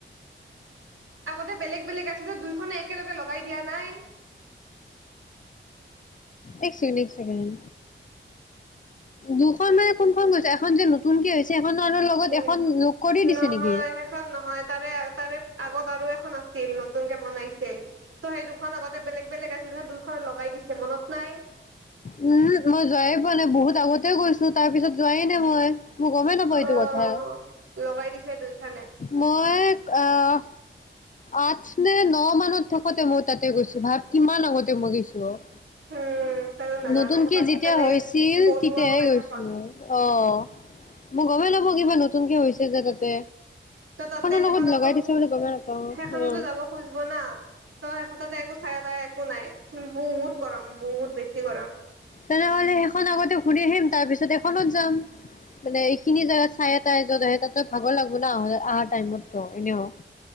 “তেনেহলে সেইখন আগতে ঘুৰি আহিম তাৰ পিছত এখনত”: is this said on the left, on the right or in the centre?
Left